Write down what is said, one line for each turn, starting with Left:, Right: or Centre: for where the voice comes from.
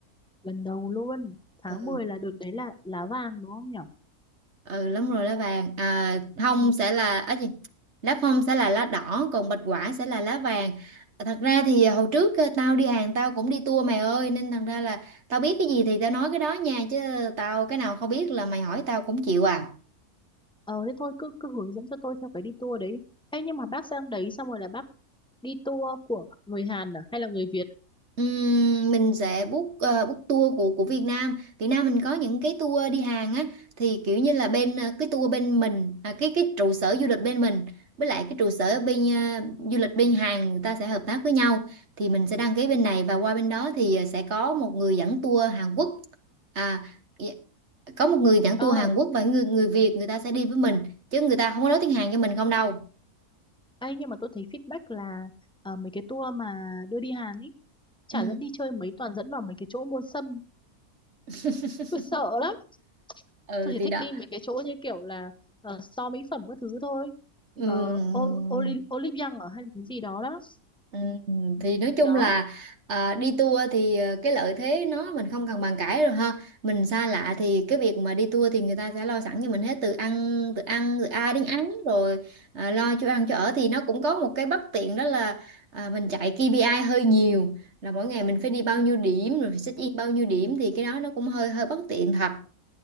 Centre: lần đầu luôn tháng
Right: Ừ.
Centre: 10 là đợt đấy là lá vàng đúng không nhở
Right: ừ đúng rồi lá vàng à, thông
Centre: Ừ.
Right: sẽ là ấy gì lá phong sẽ là lá đỏ còn bạch quả sẽ là lá vàng thật ra thì hồi trước ờ, tao đi hàng tao cũng đi tour mày ơi nên thành ra là tao biết cái gì thì tao nói cái đó nha chứ tao cái nào không biết là mày hỏi tao cũng chịu à
Centre: ờ thế thôi cứ cứ hướng dẫn cho tôi theo cái đi tour đấy ấy nhưng mà bác sang đấy xong rồi là bác đi tour của người Hàn à hay là người Việt
Right: Ừm, mình sẽ book ờ, book tour của của Việt Nam. Việt Nam mình có những cái tour đi Hàn á thì kiểu như là bên ờ, cái tour bên mình à, cái cái trụ sở du lịch bên mình với lại cái trụ sở ở bên ờ, du lịch bên Hàn người ta sẽ hợp tác với nhau thì mình sẽ đăng ký bên này và qua bên đó thì ờ, sẽ có một người dẫn tour Hàn Quốc. À dạ, có một người dẫn tour
Centre: ờ
Right: Hàn Quốc và người người Việt người ta sẽ đi với mình chứ người ta không có nói tiếng Hàn cho mình không đâu.
Centre: ấy nhưng mà tôi thấy feedback là ờ, mấy cái tour mà đưa đi Hàn ý chả
Right: Ừm.
Centre: dẫn đi chơi mấy toàn dẫn vào mấy cái chỗ mua sâm
Right: <laughs>
Centre: tôi sợ lắm
Right: ừ
Centre: tôi chỉ
Right: thì
Centre: thích
Right: đó
Centre: đi mấy cái chỗ như kiểu là ờ, store mỹ phẩm các thứ thôi
Right: Ừm,
Centre: ờ Ol- Oli- Olive Young ở hay là cái gì đó đó
Right: Ừ, thì nói chung
Centre: đó
Right: là à, đi tour thì à, cái lợi thế nó mình không cần bàn cãi rồi ha mình xa lạ thì cái việc mà đi tour thì người ta sẽ lo sẵn cho mình hết từ ăn từ ăn từ A đến án rồi à, lo cho ăn cho ở thì nó cũng có một cái bất tiện đó là à, mình chạy KPI hơi nhiều là mỗi ngày mình phải đi bao
Centre: Ừ.
Right: nhiêu điểm rồi phải check in bao nhiêu điểm thì cái đó nó cũng hơi hơi bất tiện thật